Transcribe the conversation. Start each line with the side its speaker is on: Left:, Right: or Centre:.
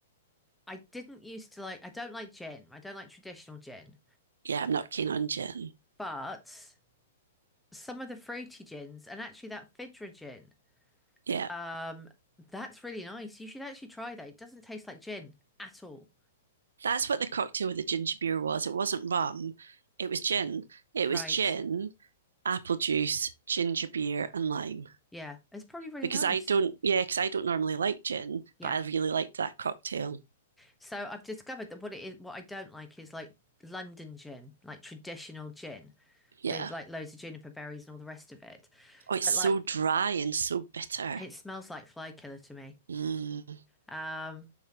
Centre: I didn't used to like. I don't like gin. I don't like traditional gin,
Right: yeah. I'm not keen on gin.
Centre: but some of the fruity gins, and actually that Fidra gin,
Right: Yeah.
Centre: um, that's really nice. You should actually try that. It doesn't taste like gin at all,
Right: That's what the cocktail with the ginger beer was. It wasn't rum, it was gin. It was
Centre: right?
Right: gin, apple juice, ginger beer, and lime.
Centre: Yeah, it's probably really
Right: Because
Centre: nice.
Right: I don't, yeah, because I don't normally like gin,
Centre: Yeah.
Right: but I really liked that cocktail.
Centre: So I've discovered that what it is, what I don't like is like London gin, like traditional gin
Right: Yeah.
Centre: with like loads of juniper berries and all the rest of it.
Right: Oh, it's
Centre: But
Right: so
Centre: like
Right: dry and so bitter.
Centre: it smells like fly killer to me.
Right: Mm.
Centre: Um,